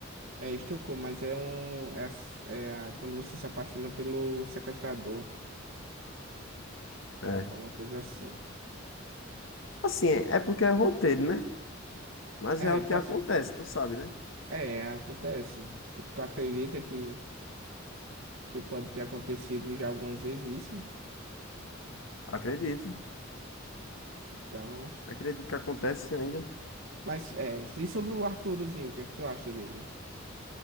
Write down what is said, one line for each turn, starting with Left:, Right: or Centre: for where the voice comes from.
Right: é Estocolmo, mas é um é, as- é a- quando você se apaixona pelo sequestrador,
Left: É.
Right: alguma coisa assim.
Left: Assim, é é porque é roteiro, né? Mas
Right: É,
Left: é o que
Right: tu,
Left: acontece,
Right: ac-
Left: tu sabe, né?
Right: é, acontece. Tu, tu acredita que que pode ter acontecido já algumas vezes isso.
Left: Acredito.
Right: Então,
Left: Acredito que acontece ainda.
Right: mas é, e sobre o Arturozinho, o que é que tu acha dele?